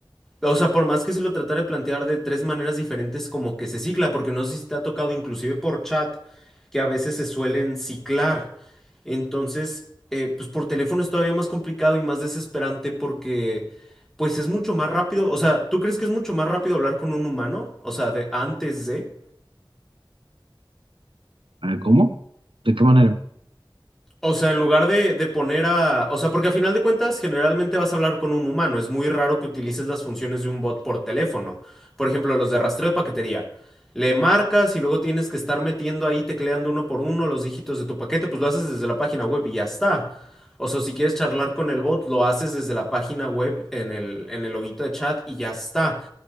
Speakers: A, in the centre; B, on the right.
A: O sea, por más que se lo tratara de plantear de tres maneras diferentes, como que se cicla, porque no sé si te ha tocado inclusive por chat, que a veces se suelen ciclar. Entonces, eh, pues por teléfono es todavía más complicado y más desesperante porque, pues es mucho más rápido. O sea, ¿tú crees que es mucho más rápido hablar con un humano? O sea, de antes de...
B: A ver, ¿Cómo? ¿De qué manera?
A: O sea, en lugar de, de poner a... O sea, porque a final de cuentas generalmente vas a hablar con un humano. Es muy raro que utilices las funciones de un bot por teléfono. Por ejemplo, los de rastreo de paquetería. Le marcas y luego tienes que estar metiendo ahí, tecleando uno por uno los dígitos de tu paquete. Pues lo haces desde la página web y ya está. O sea, si quieres charlar con el bot, lo haces desde la página web en el, en el loguito de chat y ya está.